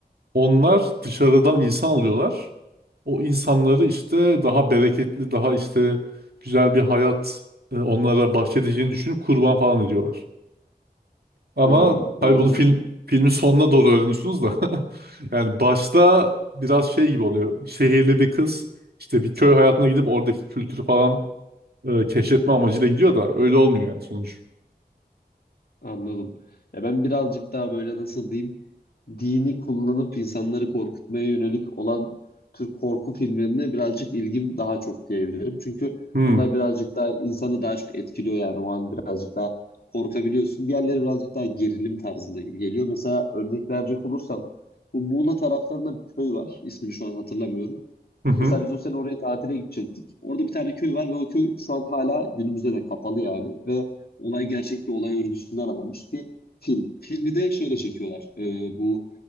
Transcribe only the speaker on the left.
Hmm,
o biraz...
Anladım. Ya ben birazcık daha böyle nasıl diyeyim dini kullanıp insanları korkutmaya yönelik olan Türk korku filmlerine birazcık ilgim daha çok diyebilirim. Çünkü
onlar birazcık daha insanı daha çok etkiliyor yani o an birazcık daha korkabiliyorsun. Diğerleri birazcık daha gerilim tarzında gibi geliyor. Mesela örnek verecek olursam bu Muğla taraflarında bir köy var. İsmini şu an hatırlamıyorum.
Mesela biz o sene oraya tatile gidecektik. Orada bir tane köy var ve o köy şu an hala günümüzde de kapalı yani. Ve olay gerçek bir olay örgüsünden alınmış bir film. Filmi de şeyle çekiyorlar. Ee, bu